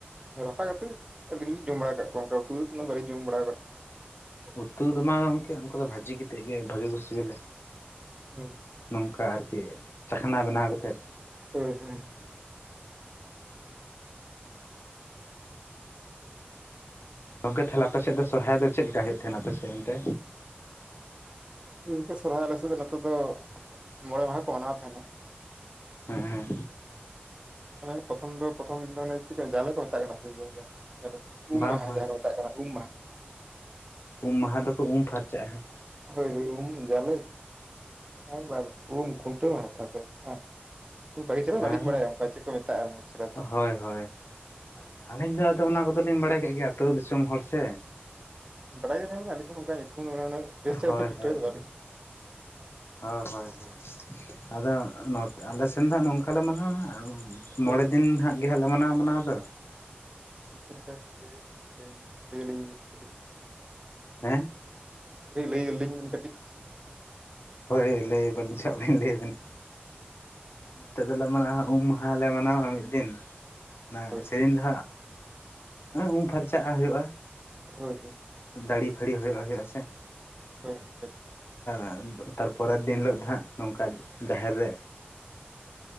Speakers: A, on the right; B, on the left.
A: ᱦᱳ ᱨᱟᱯᱷᱟ ᱠᱟᱛᱮᱫ ᱟᱹᱞᱤᱧ ᱞᱤᱧ ᱡᱚᱢ ᱵᱟᱲᱟᱣ ᱟᱠᱟᱫ ᱠᱚᱣᱟ ᱚᱱᱠᱟ ᱩᱛᱩ ᱠᱟᱛᱮ ᱢᱟ ᱵᱟᱹᱞᱤᱧ ᱡᱚᱢ ᱵᱟᱲᱟ ᱟᱠᱟᱫ ᱠᱚᱣᱟ᱾
B: ᱩᱛᱩ ᱫᱚ ᱵᱟᱝ ᱜᱚᱝᱠᱮ ᱩᱱᱠᱩ ᱫᱚ ᱵᱷᱟᱹᱡᱤ ᱠᱟᱛᱮ ᱜᱮ ᱵᱷᱟᱜᱮ ᱠᱚ ᱥᱤᱵᱤᱞᱟ᱾
A: <unintelligible>
B: ᱱᱚᱝᱠᱟ ᱟᱨᱠᱤ ᱪᱟᱠᱷᱱᱟ ᱵᱮᱱᱟᱣ ᱠᱟᱛᱮᱫ᱾
A: ᱦᱳᱭ ᱦᱮᱸ᱾
B: ᱜᱚᱝᱠᱮ ᱛᱟᱦᱞᱮ ᱟᱯᱮ ᱥᱮᱫ ᱫᱚ ᱥᱚᱨᱦᱟᱭ ᱫᱚ ᱪᱮᱫ ᱞᱮᱠᱟ ᱦᱩᱭᱩᱜ ᱛᱟᱦᱮᱱᱟ ᱟᱯᱮᱥᱮᱫ ᱚᱱᱛᱮ?
A: ᱜᱚᱝᱠᱮ ᱥᱚᱦᱨᱟᱭ ᱟᱞᱮᱥᱮᱫ ᱫᱚ ᱱᱚᱛᱮ ᱫᱚ ᱢᱚᱬᱮ ᱢᱟᱦᱟ ᱠᱚ ᱢᱟᱱᱟᱣ ᱛᱟᱦᱮᱱᱟ᱾
B: ᱦᱮᱸ ᱦᱮᱸ
A: ᱟᱱᱮ ᱯᱨᱚᱛᱷᱚᱢ ᱫᱚ ᱯᱨᱚᱛᱷᱚᱢ ᱫᱤᱱ ᱫᱚ ᱚᱱᱮ ᱪᱮᱫ ᱠᱟ ᱡᱟᱞᱮ ᱠᱚ ᱢᱮᱛᱟᱜ ᱠᱟᱱᱟ ᱥᱮᱫᱤᱱ ᱜᱮ᱾ ᱡᱟᱦᱟᱸ ᱨᱮ
B: ᱵᱟᱝ
A: ᱩᱢ ᱢᱟᱦᱟᱸ
B: ᱵᱟᱝ
A: ᱠᱚ ᱢᱮᱛᱟᱜ ᱠᱟᱱᱟ ᱩᱢ ᱢᱟᱦᱟ᱾
B: ᱩᱢ ᱢᱟᱦᱟ ᱫᱚᱠᱩ ᱩᱢ ᱯᱷᱟᱨᱪᱟᱜᱼᱟ ᱦᱟᱸᱜ᱾
A: ᱦᱳᱭ ᱦᱳᱭ ᱩᱢ ᱡᱟᱞᱮ <inaudible> ᱩᱢ ᱠᱷᱩᱱᱴᱟᱹᱣ ᱦᱟᱛᱟᱣ ᱯᱚᱨᱮ ᱵᱟᱝ? ᱵᱷᱟᱹᱜᱤ ᱪᱮᱦᱟᱨᱟ ᱵᱟᱞᱤᱧ
B: ᱦᱮᱸ
A: ᱵᱟᱲᱟᱭᱟ ᱚᱱᱠᱟ ᱪᱮᱫ ᱠᱚ ᱢᱮᱛᱟᱜᱼᱟ ᱩᱱᱟᱹᱜ ᱪᱮᱨᱟ ᱫᱚ᱾
B: ᱦᱳᱭ ᱦᱳᱭ᱾ ᱟᱹᱞᱤᱧ ᱫᱚ ᱟᱫᱚ ᱚᱱᱟ ᱠᱚᱫᱚᱞᱤᱧ ᱵᱟᱲᱟᱭ ᱠᱮᱫ ᱜᱮᱭᱟ ᱟᱹᱛᱩ ᱫᱤᱥᱚᱢ ᱦᱚᱲ ᱥᱮ᱾
A: ᱵᱟᱰᱟᱭ ᱨᱮᱦᱚ ᱞᱤᱧ ᱟᱹᱞᱤᱧ ᱦᱚ ᱚᱱᱠᱟ ᱜᱮ ᱧᱩᱛᱩᱢ ᱚᱱᱮ ᱚᱱᱟ ᱵᱮᱥ ᱪᱮᱦᱨᱟ
B: ᱦᱳᱭ
A: ᱫᱚ ᱴᱷᱤᱠ-ᱴᱷᱟᱠ
B: ᱦᱳᱭ
A: ᱫᱚ ᱵᱟᱞᱤᱧ
B: ᱦᱳᱭ ᱦᱳᱭ ᱦᱳᱭ ᱟᱫᱚ ᱱᱚᱛᱮ ᱟᱞᱮᱥᱮᱱ ᱫᱚ ᱱᱚᱝᱠᱟᱞᱮ ᱢᱟᱱᱟᱣᱟ ᱦᱟᱸᱜ ᱢᱚᱬᱮ
A: ᱦᱳᱭ
B: ᱫᱤᱱ ᱜᱮ ᱦᱟᱸᱜ ᱜᱮᱞᱮ ᱢᱟᱱᱟᱣᱟ ᱢᱟᱱᱟᱣ ᱫᱚ᱾
A: ᱪᱮᱫ ᱞᱮᱠᱟ ᱞᱮᱭᱮᱤᱧ ᱞᱮᱭᱮᱤᱧ ᱞᱮᱭ ᱟᱞᱤᱧ ᱵᱤᱱ ᱠᱟᱹᱴᱤᱡ᱾
B: ᱦᱮᱸ?
A: ᱠᱟᱹᱴᱤᱡ ᱞᱟᱹᱭᱟᱞᱤᱧ ᱵᱤᱱ ᱠᱟᱹᱴᱤᱡ᱾
B: ᱦᱳᱭ ᱞᱟᱹᱭᱟᱵᱤᱱ ᱪᱟᱜ ᱵᱟᱹᱞᱤᱧ ᱞᱟᱹᱭ ᱟᱵᱤᱱ ᱱᱚᱛᱮ ᱫᱚᱞᱮ ᱢᱟᱱᱟᱣᱟ ᱩᱢ ᱢᱟᱦᱟᱞᱮ ᱢᱟᱱᱟᱣᱟ ᱢᱤᱫ ᱫᱤᱱ, ᱚᱱᱟ
A: ᱦᱳᱭ
B: ᱥᱮᱨᱮᱧ ᱫᱚ ᱦᱟᱸᱜ ᱩᱢ ᱯᱷᱟᱨᱪᱟᱜ ᱦᱩᱭᱩᱜᱼᱟ,
A: ᱦᱳᱭ ᱦᱳᱭ᱾
B: ᱫᱟᱹᱲᱤ ᱯᱷᱟᱹᱲᱤ ᱦᱚᱭᱚᱜ ᱦᱩᱭᱩᱜᱼᱟ ᱥᱮ
A: ᱦᱳᱭ <inaudible>
B: <inaudible> ᱛᱟᱨᱯᱚᱨᱮᱨ ᱫᱤᱱ ᱦᱤᱞᱳᱜ ᱫᱚ ᱦᱟᱸᱜ ᱱᱚᱝᱠᱟ ᱡᱟᱦᱮᱨ ᱨᱮ